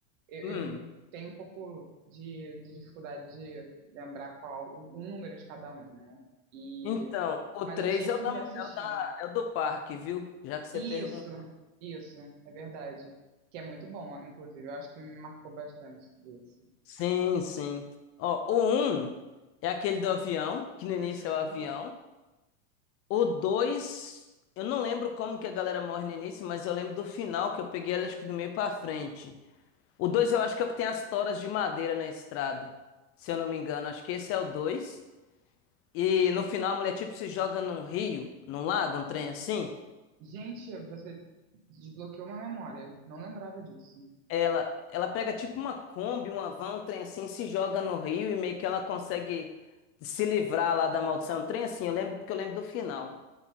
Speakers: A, on the right (about 55°); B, on the left (about 30°).
A: eu,
B: Hum,
A: eu tenho um pouco de, de dificuldade de lembrar qual o, o número de cada um, né? E,
B: Então, o
A: mas
B: 3
A: eu tinha
B: é
A: que
B: o da,
A: reassistir.
B: é o da, é o do parque, viu? Já que você
A: Isso,
B: perguntou.
A: isso, é verdade. Que é muito bom, inclusive. Eu acho que me marcou bastante isso.
B: Sim, sim. Ó, o um é aquele do avião, que no início
A: Uhum.
B: é o avião. O 2, eu não lembro como que a galera morre no início, mas eu lembro do final, que eu peguei ele acho que do meio pra frente. O 2, eu acho que é o que tem as toras de madeira na estrada, se eu não me engano. Acho que esse é o 2. E no final a mulher tipo se joga num rio, num lago, um trem assim.
A: Gente, você desbloqueou uma memória. Não lembrava disso.
B: Ela, ela pega tipo uma Kombi, uma van, um trem assim, se joga no rio e meio que ela consegue se livrar lá da maldição. Um trem assim, eu lembro porque eu lembro do final.